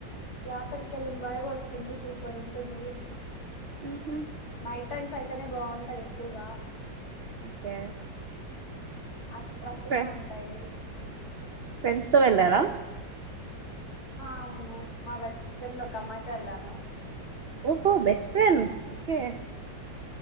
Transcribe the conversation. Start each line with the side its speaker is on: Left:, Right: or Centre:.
Left: జాతరకి వెళ్ళిన వైబు వస్తుంది సూపర్ ఉంటుంది
Right: ఉహు
Left: నైట్ టైమ్స్ అయితేనే బాగుంటాయి ఎక్కువగా
Right: ఓకే
Left: అట్రాక్టింగ్
Right: ఫ్రె
Left: ఉంటాయి
Right: ఫ్రెండ్స్ తో వెళ్లారా
Left: ఆ అవును మా బెస్ట్ ఫ్రెండ్ ఒక అమ్మాయితో వెళ్ళాను
Right: ఓహో బెస్ట్ ఫ్రెండ్ ఓకే